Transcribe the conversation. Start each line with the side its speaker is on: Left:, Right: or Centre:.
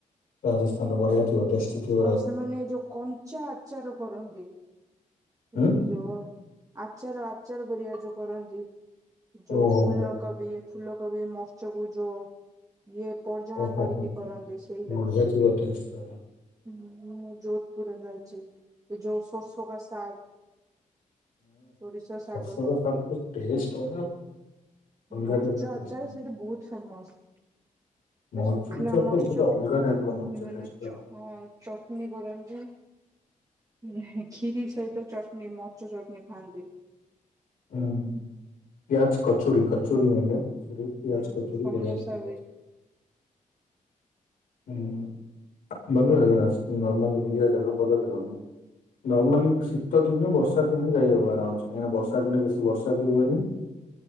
Left: ରାଜସ୍ଥାନ ର ବଢଆ ଥିବା ଟେଷ୍ଟ ଥିବ
Right: ଆଉ ସେମାନେ ଯୋଉ କଞ୍ଚା ଆଚାର କରନ୍ତି
Left: ହୁଁ
Right: ଏଇ ଯୋଉ ଆଚାର ଆଚାର ପରଆ ଯୋଉ କରନ୍ତି। ଯୋଉ
Left: ଓହୋ
Right: ଫୁଲକୋବି
Left: ହୋ
Right: ଫୁଲକୋବି <unintelligible> ଇଏ ପର୍ଜଣା
Left: ଓହୋ
Right: କରିକି
Left: ହୋ ହୋ
Right: କରନ୍ତି ସେଇଟା
Left: ବଢିଆ ଥିବ ଟେଷ୍ଟ ତାର।
Right: ହୁଁଁ ମୁଁ ଯୋଧପୁରରେ ଖାଇଛି ଏ ଯୋ ସୋରଷଗା ଶାଗ ସୋରିଷ ଶାଗର
Left: ହୁଁ <unintelligible> ଟେଷ୍ଟ ଅଲଗା
Right: ମୋର୍ଚ
Left: ଟାଇପ୍ ର ଟେଷ୍ଟ।
Right: ଆଚାର ସେଠି ବହୁତ ଫେମସ
Left: ମରିଚ
Right: ଶୁଖିଲା
Left: ଗୁଚା
Right: <unintelligible>
Left: ତ ଗୋଟେ ଅଲଗା ଟାଇପ୍ ର ମରିଚ ଟେଷ୍ଟ ଥାଏ।
Right: ହଁ ଚଟନ କରନ୍ତି କ୍ଷୀରି ସହିତ ଚଟନି ମୋଚ ଚଟଣି ଖାଆନ୍ତି।
Left: ହୁଁ ପ୍ୟାଜ୍ କଚୁରି କଚୁରି ମଲେ କଚୁରୀ ପଆଜ୍
Right: ହୁଁ
Left: କଚୁରି
Right: ସମୋସା
Left: ବଢ଼ିଆ
Right: ବି
Left: ଲାଗେ ହୁଁ ଭଲ ଭଲ ଜାଗା ଅଛି ନର୍ମଲି ବୁଲିବା ଜାଗା <unintelligible> ନର୍ମାଲି ଶୀତ ଦିନ ବର୍ଷା ଦିନେ ଯାଈହବ ବା କାହିଁକି ବର୍ଷା ଦିନ ବେଶୀ ବର୍ଷା ବି ହୁଏନି।